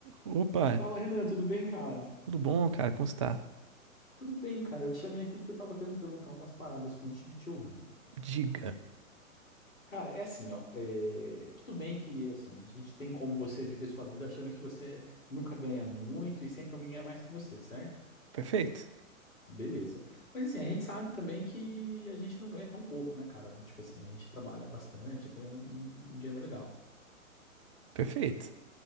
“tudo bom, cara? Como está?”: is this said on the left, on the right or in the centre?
Right